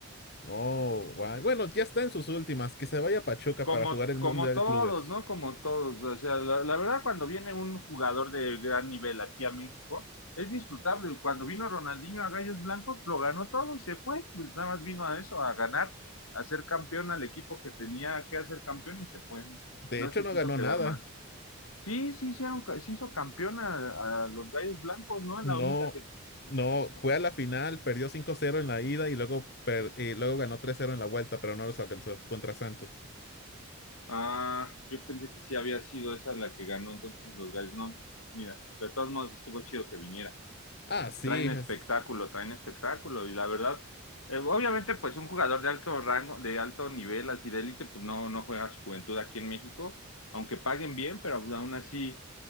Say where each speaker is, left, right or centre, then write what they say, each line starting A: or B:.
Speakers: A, on the left; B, on the left.
A: No, guay. Bueno, ya está en sus últimas. Que se vaya a Pachuca
B: Como,
A: para jugar el
B: como
A: Mundial
B: todos,
A: de Clubes.
B: ¿no? Como todos. O sea, la, la verdad, cuando viene un jugador de gran nivel aquí a México, es disfrutable. Cuando vino Ronaldinho a Gallos Blancos, lo ganó todo y se fue. Pues nada más vino a eso, a ganar, a ser campeón al equipo que tenía que hacer campeón y se fue.
A: De
B: No
A: hecho,
B: se
A: no
B: quiso
A: ganó
B: quedar
A: nada.
B: más. Sí, sí, sí, se hizo campeón a, a los Gallos Blancos, ¿no? En
A: No,
B: la única tem-
A: no, fue a la final, perdió cinco cero en la ida y luego, per- y luego ganó tres cero en la vuelta, pero no los alcanzó contra Santos.
B: Ah, yo pensé que sí había sido esa la que ganó entonces los Gallos. No, pues mira, de todos modos estuvo chido que viniera.
A: Ah, sí.
B: traen
A: es-
B: espectáculo, traen espectáculo. Y la verdad, eh, obviamente, pues un jugador de alto rango, de alto nivel, así de élite, pues no, no juega su juventud aquí en México, aunque paguen bien, pero aún así